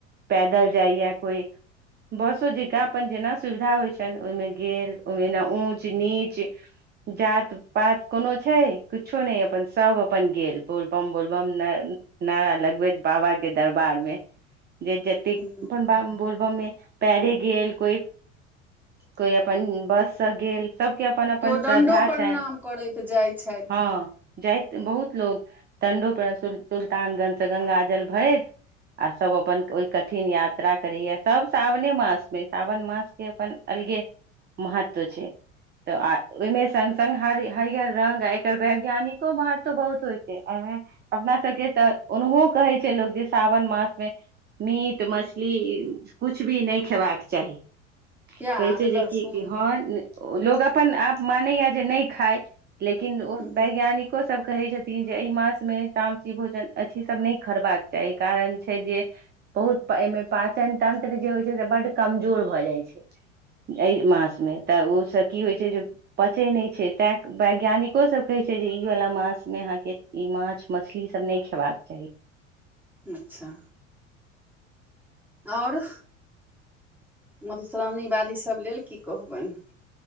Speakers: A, on the right (about 25°); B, in the centre.
A: पैदल जाय या कोई बसो जेका अपन जेना सुविधा होय छैन ओय मे गेल, ओय मे ऊँच- नीच। जात -पात कोनो छैय, किछो नैय अपन सब अपन गेल बोलबम- बोलबम ना नारा लगबैत बाबा के दरबार में, जे जतेक
B: हूँ
A: अपन ब बोलबम में। पैरे गेल कोय -कोय अपन बस स गेल। सबके अपन -अपन
B: केओ दण्डो
A: श्रद्धा
B: प्रणाम
A: छैन
B: करैत जाइ छथि
A: हँ। जाइत बहुत लोग दंडो प्र सुल् सुल्तानगंज से गंगा जल भरैत। आ सब अपन ओय कठिन यात्रा करैय, सब सावने मास मे सावन मासके अपन अलगे महत्व छैय। त ओय मे संग- संग हरियर रंग एकर वैज्ञानिको महत्व बहुत होय छै एय में अपना सबके तऽ ओनहो कहै छैय लोक जे सावन मास मे मीट, मछली कुछ भी नहि खेबाक चाही।
B: प्याज
A: कहै छैय
B: लहसुन
A: जे कि हँ न लोग अपन आप मानैया जे नहि खाय, लेकिन ओ
B: हूँ
A: वैज्ञानिक को सब कहेै छथिन जे एैय मास में तामची भोजन, अथी सब नहि खरबाक चाही। कारण छै जे बहुत एैय मे पाचन तंत्र जे होय छै से, बड्ड कमजोर भऽ जाय छैय। एय मास मे तऽ ओय स की होय छै जो पचै नहि छै तैं वैज्ञानिको सब कहै छै जे, ई वला मास मे आहाँके ई माछ -मछली सब नहि खेबाक चाही।
B: अच्छा और मधुश्रावणी वाली सब लेल की कह बैन।